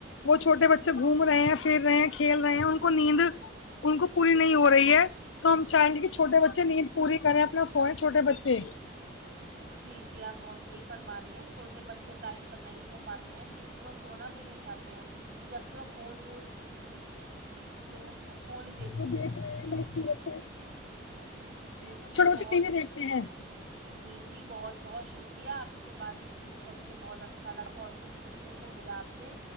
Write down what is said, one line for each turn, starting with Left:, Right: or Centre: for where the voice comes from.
Left: وہ چھوٹے بچے گھوم رہے ہیں پھر رہے ہیں کھیل رہے ہیں ان کو نیند ان کو پوری نہیں ہو رہی ہے تو ہم چاہیں گے کہ چھوٹے بچے نیند پوری کریں اپنا سوے چھوٹے بچے
Right: <inaudible> جی جی آپ بہت صحیح فرما رہی ہیں چھوٹے بچے ٹائم پر نہیں سو پاتے ہیں کیونکہ وہ سونا بھی نہیں چاہتے ہیں جب سے وہ فون یوز کرتے ہیں تو وہ فون ہی دیکھتے
Left: دیکھ رہ <inaudible>
Right: جی جی بہت
Left: بچے ٹی وی دیکھتے ہیں
Right: جی جی بہت بہت شکریہ آپ سے بات چیت کر کے بہت اچھا لگا بہت کچھ سیکھنے کو ملا آپ سے